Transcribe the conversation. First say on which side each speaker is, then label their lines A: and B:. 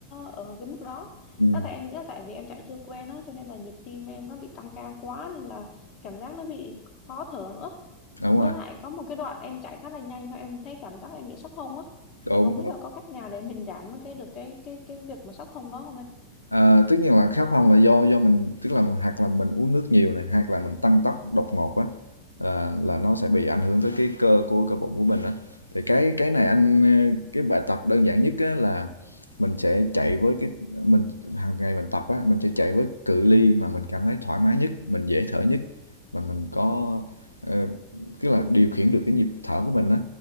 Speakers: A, on the left (about 40°); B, on the left (about 80°).
A: ở cái mức đó
B: ừm,
A: đó tại em nghĩ là tại vì em chạy chưa quen á cho nên là nhịp tim em nó bị tăng cao quá nên là cảm giác nó bị khó thở nữa
B: đúng
A: với
B: rồi,
A: lại có một cái đoạn em chạy khá là nhanh cho em thấy cảm giác em bị sốc hông á
B: đúng.
A: thì không biết là có cách nào để mình giảm cái được cái cái cái việc mà sốc hông đó không
B: Ờ, tất nhiên là khát phòng là do do mình tức là hoặc là mình uống nước nhiều này, hoặc là mình tăng tốc đột ngột á là là nó sẽ bị ảnh hưởng tới cái cơ của cơ bụng của mình á. Thì cái cái này anh ờ, cái bài tập đơn giản nhất á là mình sẽ chạy với cái mình hàng ngày mình tập á, mình sẽ chạy với cự ly mà mình cảm thấy thoải mái nhất, mình dễ thở nhất, mà mình có ờ, tức là điều khiển được cái nhịp thở của mình á.